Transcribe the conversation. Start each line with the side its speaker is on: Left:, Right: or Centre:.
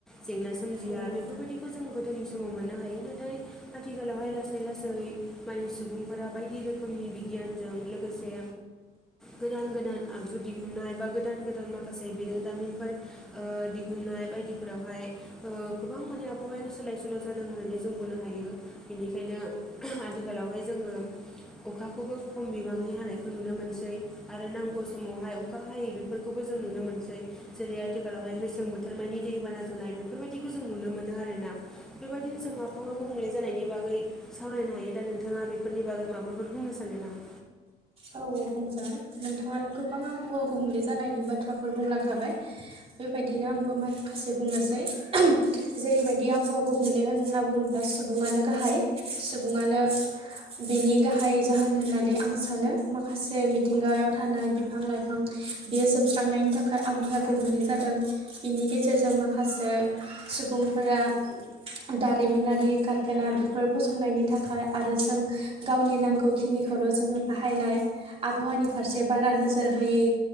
Centre: जेंना सोमजिया
Right: औ,
Centre: बेफोरबायदिखौ जों गोदोनि समाव मोननो हायो नाथाय आथिखालावहाय लासै लासै माने सुबुंफोरा बायदि रोखोमनि बिगियानजों लोगोसे गोदान गोदान आगजु दिहुननाय बा गोदान गोदान माखासे बिरोंदामिनफोर ओ दिहुन नाय बायदिफोरावहाय ओ गोबां माने आबहावायानो सोलाय सोल' जादों होननानै जों बुंनो हायो। बेनिखायनो आथिखालावहाय जोङो अखाखौबो खम बिबांनि हानायखौ नुनो मोनसै आरो नांगौ समावहाय अखा हायै बेफोरखौबो जों नुनो मोनसै जेरै आथिखालावहाय मेसें बोथोर मानि दैबाना जानाय बेफोरबायदिखौ जों नुनो मोनो आरोना। बेबायदिनो जों आबहावा गुबुंले जानायनि बागै गै सावरायनो हायो दा नोंथाङा बेफोरनि बागै माबाफोर बुंनो सानदों नामा।
Right: औ औ बुंजागोन नोंथाङानो गोबां आबहावआ गुबुंले जानायनि बाथ्राफोर बुंलांखाबाय बेबायदिनो आंबो माखासे बुंनोसै जेरैबायदि आबहावा गुबुंले होनना बुङोब्ला सुबुङानो गाहाय सुबुङानो बिनि गाहाय जाहोन होननानै आं सानो। माखासे मिथिंगायाव थानाय बिफां लाइफां बेयो जोबस्रांनायनि थाखाय आबहावाया गुबुंले जादों। बिनि गेजेरजों माखासे सुबुंफोरा दारिमिनारि कारखाना बेफोर फसंनायनि थाखाय आरो जों गावनि नांगौखिनिखौ खौल' जोङो बाहायनाय आबहावानि फारसे बारा नोजोर होयै